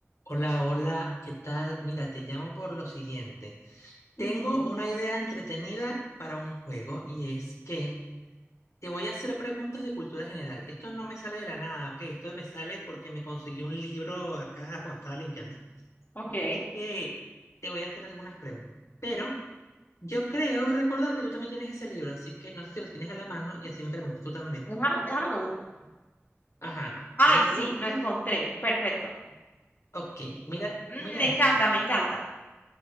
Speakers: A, on the left; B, on the left.
A: Hola, hola, ¿qué tal? Mira, te llamo por lo siguiente.
B: Ujú,
A: Tengo una idea entretenida para un juego y es que te voy a hacer preguntas de cultura general. Esto no me sale de la nada, ¿ok? Esto me sale porque me conseguí un libro acá <laughs> cuando estaba limpiando.
B: Ok,
A: Así que te voy a hacer algunas preguntas. Pero yo creo recordar que tú también tienes ese libro, así que no sé si lo tienes a la mano y así me preguntas tú también.
B: déjame, déjame lo busco.
A: Ajá,
B: Ay,
A: ahí lo
B: sí,
A: buscas.
B: lo encontré. Perfecto.
A: Ok, mira,
B: Mm,
A: mira
B: Me
A: esto.
B: encanta, me encanta.